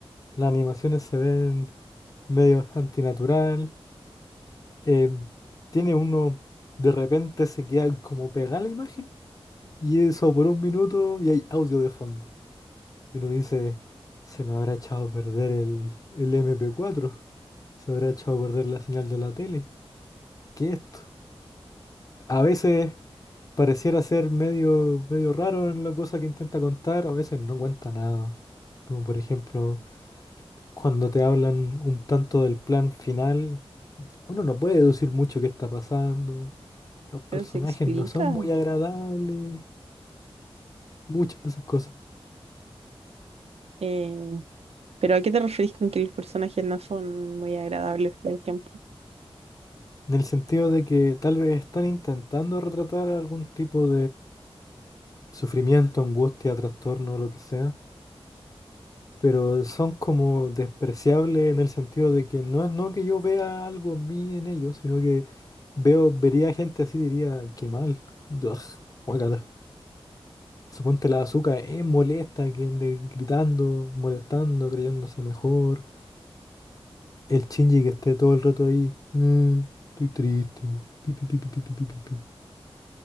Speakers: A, on the left; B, on the right.
A: Las animaciones se ven medio antinatural. eh, tiene uno, de repente se queda como pegada la imagen. Y eso por un minuto y hay audio de fondo. Y uno dice, se me habrá echado a perder el, el mp cuatro se habrá echado a perder la señal de la tele. ¿Qué es esto? A veces pareciera ser medio, medio raro en la cosa que intenta contar, a veces no cuenta nada. Como por ejemplo, cuando te hablan un tanto del plan final, uno no puede deducir mucho qué está pasando. Los personajes
B: Pero se explica.
A: no son muy agradables, muchas de esas cosas.
B: Eh, ¿pero a qué te referís con que los personajes no son muy agradables, por ejemplo?
A: En el sentido de que tal vez están intentando retratar algún tipo sufrimiento, angustia, trastorno, lo que sea, pero son como despreciables en el sentido de que no es no que yo vea algo en mí en ellos, sino que veo, vería gente así y diría, qué mal, Ugh, guácala. Suponte la azúcar es molesta, que ande gritando, molestando, creyéndose mejor. El Shinji que esté todo el rato ahí, "Mm, estoy triste, pi, pi, pi, pi, pi, pi, pi, pi, pi".